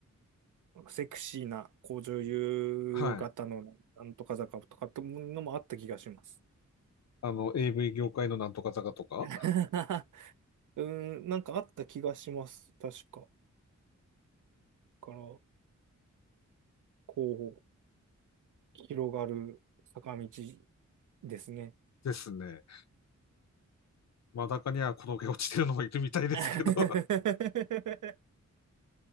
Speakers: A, on the right; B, on the left.
A: セクシーな、こう女優型のなんとか坂とかっていうのもあった気がします。
B: はい。あの、AV 業界のなんとか坂とか
A: <laughs> うん、なんかあった気がします。確か。だから、こう、広がる坂道ですね。
B: ですね。真ん中には転げ落ちてるのもいるみたいですけど
A: <laughs>